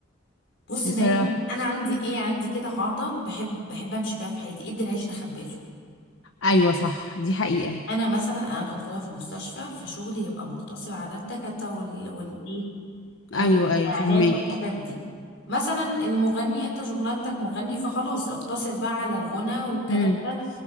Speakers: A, on the left; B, on the left.
A: بصي
B: بصراحه
A: دايما انا عندي ايه عندي كده قاعده بحب بحب امشي بيها في حياتي ادي العيش لخبازه
B: ايوه صح دي حقيقه
A: انا مثلا انا دكتوره في مستشفى فشغلي يبقى مقتصر على الدكاتره وال والايه والعلاج
B: ايوه ايوه فهماك
A: والحاجات دي مثلا المغني انت شغلانتك مغني فخلاص اقتصر بقى على الغنى والكلام
B: امم
A: ده